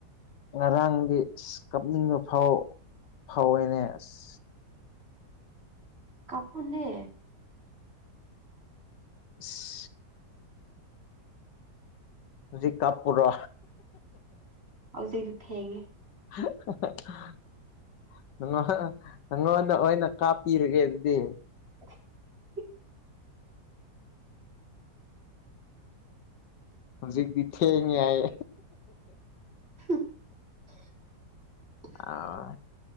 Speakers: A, on the left (about 80°); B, on the right (about 35°).
A: ꯉꯔꯥꯡꯗꯤ ꯑꯁ ꯀꯞꯅꯤꯡꯕ ꯐꯥꯎ ꯐꯥꯎꯋꯦꯅꯦ ꯑꯁ
B: ꯀꯞꯄꯨꯅꯦ
A: ꯑꯁ ꯍꯨꯖꯤꯛ ꯀꯞꯄꯨꯔꯣ
B: ꯍꯧꯖꯤꯛꯇꯤ ꯊꯦꯡꯉꯦ
A: <inaudible> ꯅꯉꯣꯟ ꯅꯪꯉꯣꯟꯗ ꯑꯣꯏꯅ ꯀꯥꯞꯄꯤꯔꯒꯦ ꯑꯗꯨꯗꯤ
B: <inaudible>
A: ꯍꯧꯖꯤꯛꯗꯤ ꯊꯦꯡꯉ ꯍꯥꯏ
B: <unintelligible>
A: ꯑꯥ